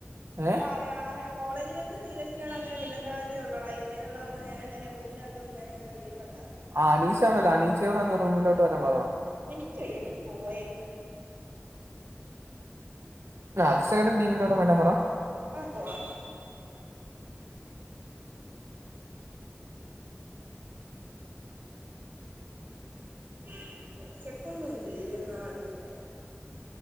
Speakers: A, on the right; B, on the right.
A: ഏ
B: അ ഞാ കോളജ് വെച്ച് സീനിയസയോട് അങ്ങനെ മിണ്ടുന്ന ഉള്ളതാ ഇങ്ങനെ ഇവിടെ വന്ന ഞാങ്ങനെ റൂമി ഇപ്പ ഞാനങ്ങന വെളിലറങ്ങറില്ല.
A: ആ അനീഷ ആണല്ലോ അനീച്ചോട് അന്ന് റൂമിലോട്ട വരാ പറഞ
B: എനിക്കയ്യ നി പോയെ
A: ആ അക്സൈഡ ടിമിനോടും വരൻ പറ.
B: എടാ പോടാ <unintelligible>